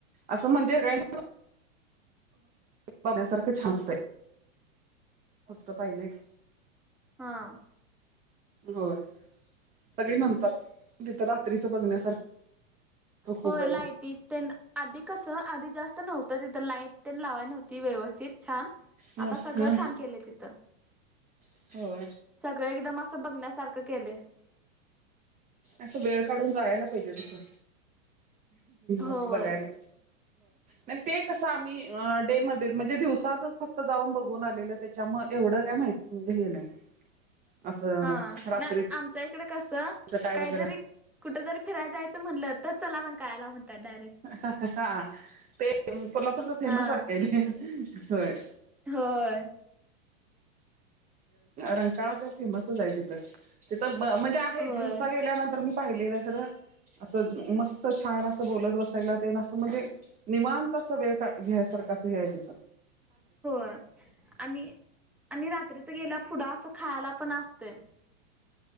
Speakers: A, on the right; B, in the centre.
A: असं म्हणजे का. सारखं छासतं. फक्त पायलट.
B: हां.
A: होय सगळी म्हणतात तिथं रात्रीचं बघण्यासारखं. खूप
B: हो
A: आहे
B: लाईटी. ते आधी कस आधी जास्त नव्हतं तिथं लाईट प लावाय नव्हती व्यवस्थित छान.
A: ह
B: आता
A: हा
B: सगळं छान केलं तिथं.
A: हो.
B: सगळे एकदम असं बघण्यासारखं केले.
A: असं वेळ काढून जायला पाहिजे तसं
B: होय
A: असं बघायला. नाही ते कस आम्ही डे म म्हणजेव. तचच फक्त जाऊन बघून आलेलं त्याच्या मग एवढं काय माहिती म्हणजे हे नाही. असं
B: हा
A: रात्रीच
B: नाही आमचा एक. त कस
A: काय
B: काही
A: वगैरे
B: जरी कुठ जरी फिरायला जायचं म्हटलं तर चला रण कायला म्हणतात डायरेक्ट.
A: हा ते कोल्हापूरचा फेमस
B: हा
A: आहे काय ते होय.
B: होय.
A: रंकाळा ते फेमसच आहे तिथं तिथं म्हणजे आहे
B: होय
A: दिवसा गेल्यानंतर मी. पाहिलेलं कर असं मस्त छान असं बोलत बसायला ते ना असं म्हणजे. निमां तस वेळ का घ्यायसारख असं हेय तिथून.
B: होय आणि आणि रात्रीच गेल्या पुढं असं खायला पण असते.